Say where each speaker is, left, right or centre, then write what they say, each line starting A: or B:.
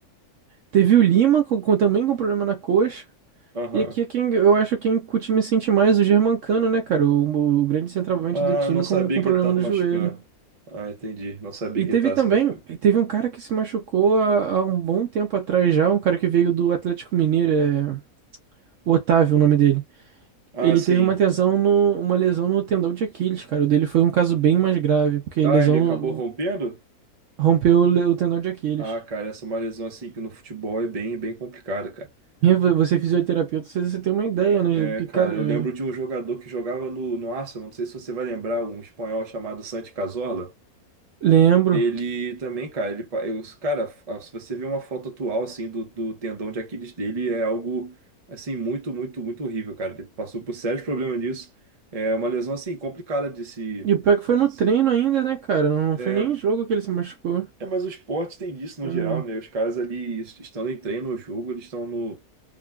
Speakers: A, on the right; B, on the right.
A: Teve o Lima com, com- também com problema na coxa.
B: aham.
A: E aqui é quem eu acho quem o time sente mais, o Germancano, né, cara? O, o grande centroavante
B: Ah,
A: do time
B: não
A: com,
B: sabia
A: com problema
B: que ele tava
A: no
B: machucando.
A: joelho.
B: Ah, entendi. Não sabia
A: E
B: que
A: teve
B: ele tava
A: também,
B: se machucando.
A: teve um cara que se machucou há, há um bom tempo atrás já, um cara que veio do Atlético Mineiro, é o Otávio, o nome dele.
B: Ah,
A: Ele
B: sim.
A: teve uma lesão no, uma lesão no tendão de Aquiles, cara. O dele foi um caso bem mais grave, porque
B: Ah,
A: lesão
B: ele acabou
A: no-
B: rompendo?
A: rompeu o, le- o tendão de Aquiles.
B: Ah, cara, essa é uma lesão assim que no futebol é bem, bem complicada, cara.
A: E vo- você é fisioterapeuta, você, você tem uma ideia, né?
B: É,
A: Porque,
B: cara,
A: cara,
B: eu lembro
A: é,
B: de um jogador que jogava no, no Arsenal, não sei se você vai lembrar, um espanhol chamado Santi Cazorla.
A: lembro.
B: Ele também, cara, ele, pa- eu, cara, a- se você ver uma foto atual, assim, do, do tendão de Aquiles dele, é algo, assim, muito, muito, muito horrível, cara. Ele passou por sérios problemas nisso. É uma lesão, assim, complicada de se,
A: E o pior que foi no
B: de
A: treino
B: se...
A: ainda, né, cara? Não foi
B: é,
A: nem em jogo que ele se machucou.
B: É, mas o esporte tem disso no
A: Hum.
B: geral, né? Os caras ali est- estando em treino no jogo, eles estão no